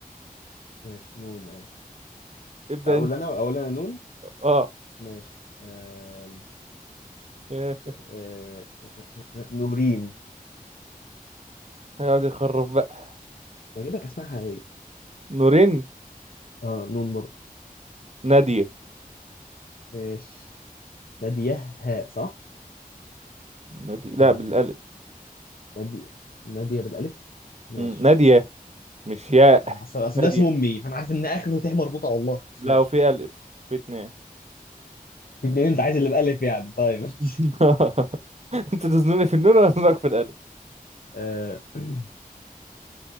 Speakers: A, on the left (about 75°); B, on the right (about 45°).
A: ماشي نون اه
B: ابدأ
A: اقول
B: انت
A: انا اقول انا نون
B: اه
A: ماشي آم...
B: <laughs>
A: آه... آه... آه... نورين
B: هيقعد يخرب بقى
A: بجيب لك اسمها حقيقية
B: نورين
A: اه نون برضه
B: نادية
A: ماشي نادية هاء صح؟
B: نادية لا
A: آه...
B: بالالف
A: نادية نادية بالألف ماشي
B: مم. نادية مش ياء
A: اصل
B: <laughs>
A: اصل
B: نادية
A: ده اسم امي فانا عارف ان اخره تاء مربوطه والله بس
B: لا
A: ماشي
B: وفي ألف في اتنين
A: في اتنين انت عايز اللي بألف يعني طيب ماشي
B: <laughs> انت تزنوني في النون ولا تزنك في الألف
A: آه... <clears throat>